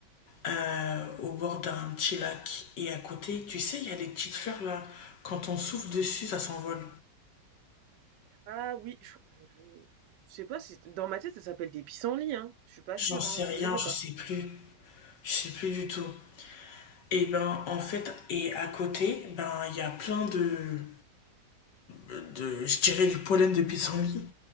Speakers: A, on the left; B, on the right.
A: euh, au bord d'un petit lac. Et à côté, tu sais, il y a des petites fleurs là. Quand on souffle dessus, ça s'envole.
B: ah oui, je, je je sais pas si dans ma tête ça s'appelle des pissenlits hein, je suis pas
A: J'en
B: sûre
A: sais
B: hein, enfin,
A: rien,
B: je sais
A: je
B: pas.
A: sais plus. Je sais plus du tout. Et ben en fait, et à côté, ben il y a plein de de, je dirais, du pollen de pissenlit